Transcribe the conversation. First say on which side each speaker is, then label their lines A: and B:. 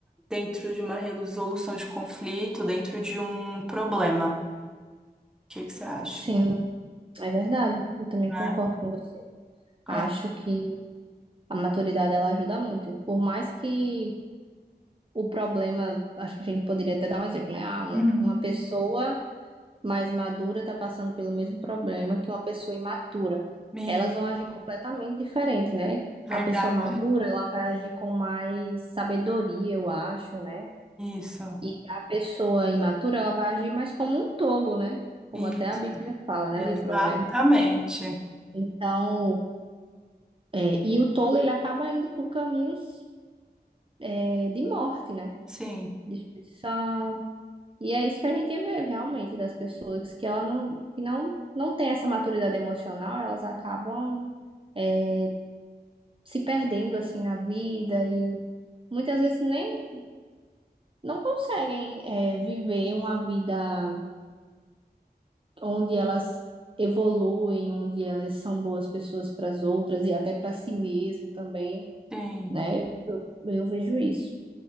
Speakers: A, in the centre; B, on the right (about 30°).
A: dentro de uma resolução de conflito, dentro de um problema. O que que você acha,
B: Sim, é verdade. Eu também
A: né?
B: concordo com você. Acho
A: É.
B: que a maturidade ela ajuda muito. Por mais que o problema, acho que a gente poderia até dar um exemplo, né? Ah, uma,
A: Uhum.
B: uma pessoa mais madura está passando pelo mesmo problema que uma pessoa imatura.
A: E-
B: Elas vão agir completamente diferente, né?
A: verdade.
B: A pessoa madura, ela vai agir com mais sabedoria, eu acho, né?
A: Isso.
B: E a pessoa imatura, ela vai agir mais como um tolo, né? Como
A: E
B: até a Bíblia fala, né,
A: exatamente.
B: lá em Provérbios. Então, é, e o tolo, ele acaba indo por caminhos, é, de morte, né?
A: Sim,
B: Destruição. E é isso que a gente vê realmente das pessoas que ela não, que não, não tem essa maturidade emocional, elas acabam, é, se perdendo assim na vida e muitas vezes nem não conseguem, é, viver uma vida onde elas evoluem, onde elas são boas pessoas para as outras e até para si mesmo também,
A: sim.
B: né? Eu, eu, eu vejo isso.